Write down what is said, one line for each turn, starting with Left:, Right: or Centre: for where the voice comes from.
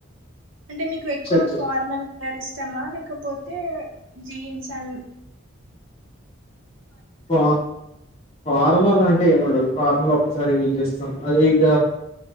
Right: అంటే మీకు ఎక్కువ
Left: సెట్ చేస్తాం
Right: ఫార్మల్ హేర్ ఇష్టామా లేకపోతే జీన్స్ అని
Left: పా ఫార్మల్ అం టె అంటే ఏముండదు ఫార్ముల్ ఒకసారి యూజ్ చేస్తాం అది ఇక